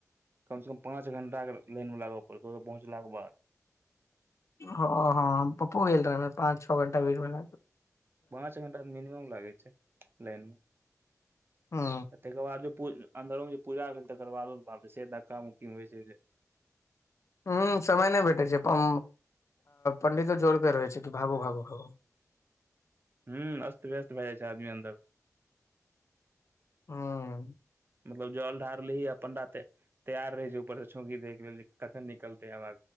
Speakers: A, on the right; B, on the left.
A: कम सँ कम पाँच घंटा लाइन में लागऽ पड़तौ ओतऽ पहुँचलाके बाद
B: हँ हँ पप्पो गेल रहे ह पाँच छौ घंटा भीर मे ल
A: पाँंच घंटा मिनिमम लागे छै लाइन मे
B: हूं
A: आ तकर बाद पू अंन्दरों जे पूजा भेलै तकर बादो से धक्का उक्की होइ छै जे
B: ह समय नय भेठे छै अपन पंडितो जोर पे रहै छै कि भागू भागू भागू
A: हूं अस्त व्यस्त भए जाइ छै आदमी अन्दर
B: हँ
A: मतलब जल ढारलीही अ पणडा तै तैयार रहे छै ऊपर से छौंकी द केके लेल कखन निकलते आवा